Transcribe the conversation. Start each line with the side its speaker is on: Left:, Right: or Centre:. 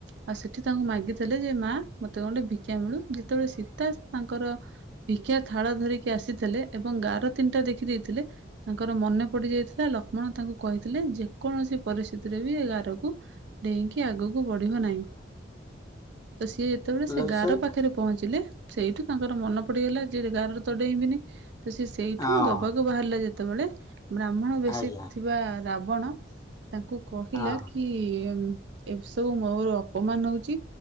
Right: ଆଉ ସେଠି ତାଙ୍କୁ ମାଗିଥିଲେ ଯେ ମା ମତେ ଗୋଟେ ଭିକ୍ଷା ମିଳୁ ଯେତେବେଳେ ସୀତା ତାଙ୍କର ଭିକା ଥାଳ ଧରିକି ଆସିଥିଲେ ଏବଂ ଗାର ତିନିଟା ଦେଖି ଦେଇେଇଥିଲେ ତାଙ୍କର ମନେ ପଡିଯାଇଥିଲା ଲକ୍ଷ୍ମଣ ତାଙ୍କୁ କହିଥିଲେ ଯେକୌଣସି ପରିସ୍ଥିତିରେ ବି ଏ ଗାରକୁ ଡେଇଁକି କି ଆଗକୁ ବଢିବ ନାହିଁ। ତ ସିଏ ଯେତେବେଳେ ସେ
Left: ଲ-
Right: ଗାାର
Left: ସେଇ
Right: ପାଖରେ ପହଞ୍ଚିଲେ। ସେଇଠୁ ତାଙ୍କର ମନ ପଡିଗଲା ଯେ ଗାରେ ତଡେଇଁବିନି। ତ ସେ ସେଇଠୁ
Left: ହଁ
Right: ଦବାକ ବାହାରିଲା ଯେ ଯେତେବେଳେ ବ୍ରାହ୍ମଣ ବେଶୀ
Left: ଆଜ୍ଞା
Right: ଥିବା ରାବଣ। ତାଙ୍କୁ କହିଲା
Left: ହଁ
Right: କି <inaudible> ଏ ସବୁ ମୋର ଅପମାନ ହଉଛି